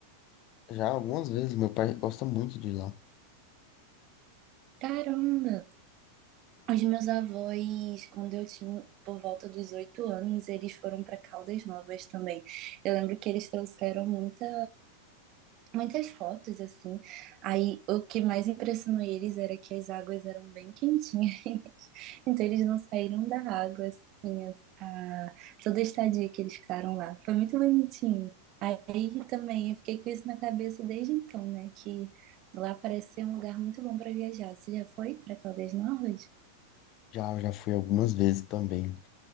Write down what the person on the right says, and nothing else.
Caramba! Os meus avós, quando eu tinha por volta dos oito anos, eles foram para Caldas Novas também. Eu lembro que eles trouxeram muita, muitas fotos assim. Aí o que mais impressionou eles era que as águas eram bem quentinhas, <laughs> então eles não saíram da água assim, as- a, toda a estadia que eles ficaram lá. Foi muito bonitinho. Aí também eu fiquei com isso na cabeça desde então, né? Que lá parece ser um lugar muito bom para viajar. Você já foi para Caldas Novas?